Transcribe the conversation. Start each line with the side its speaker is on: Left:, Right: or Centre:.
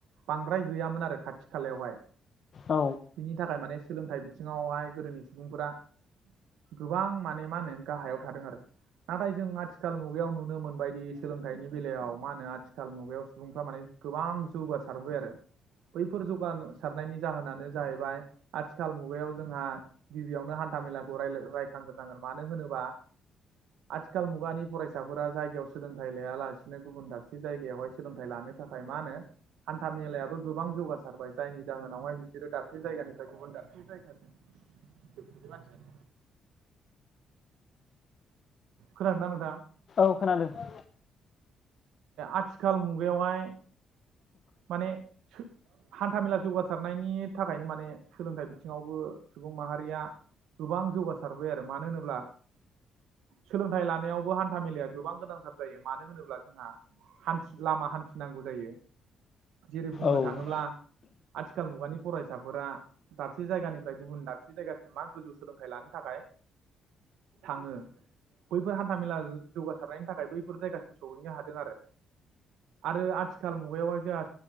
Right: बांद्राय गैयामोन आरो खाथि खालायावहाय
Left: औ
Right: बिनि थाखाय माने सोलोंथाइ बिथिङावहाय गोदोनि सुबुंफोरा गोबां माने मा होनो गाहायाव थादों आरो। नाथाय जों आथिखाल मुगायाव नुनो मोनबायदि सोलोंथाइनि बेलायाव मा होनो आथिखाल मुगायाव सुबुंफ्रा माने गोबां जौगासारबोबाय आरो बैफोर जौगासारनायनि जाहोनानो जाहैबाय आथिखाल मुगायाव जोंहा गिबियावनो हान्था मेलाखौ रायखांग्रोनांगोन मानो होनोबा आथिखाल मुगानि फरायसाफोरा जायगायाव सोलोंथाइ लायालासिनो गुबुन दाबसे जायगायावहाय सोलोंथाइ लानो थाखाय मा होनो हान्था मेलायाबो गोबां जौगासारबाय जायनि जाहोनावहाय बिसोरो दाबसे जायगानिफ्राय गुबुन दाबसे जायगासिम खोनादोंना नोंथां?
Left: औ खोनादों।
Right: आथिखाल मुगायावहाय माने हान्था मेला जौगासारनायनि थाखायनो माने सोलोंथाइ बिथिङावबो सुबुं माहारिया गोबां जौगासारबाय आरो मानो होनोब्ला सोलोंथाइ लानायावबो हान्था मेलाया गोबां गोनांथार जायो मानो होनोब्ला जोंहा हान लामा हान्थिनांगौ जायो जेरै बुंनो
Left: औ
Right: थाङोब्ला आथिखाल मुगानि फरायसाफोरा दाबसे जायगानिफ्राय गुबुन दाबसे जायगासिम मा गोजौ सोलोंथाइ लानो थाखाय थाङो बैफोर हान्था मेला जौगासारनायनि थाखाय बैफोर जायगासिम सहैनो हा दों आरो आरो आथिखाल मुगायावहाय जोंहा